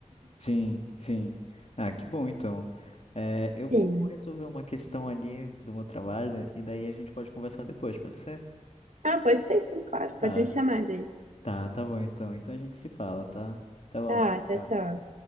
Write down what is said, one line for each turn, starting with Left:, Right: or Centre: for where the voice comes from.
Left: Sim, sim. Ah, que bom então. É, eu vou
Right: Sim.
Left: resolver uma questão ali do meu trabalho e daí a gente pode conversar depois, pode ser?
Right: Ah, pode ser sim, claro,
Left: Tá,
Right: pode me chamar daí.
Left: tá, tá bom então. Então a gente se fala, tá? Até logo.
Right: Tá, tchau,
Left: Tchau.
Right: tchau.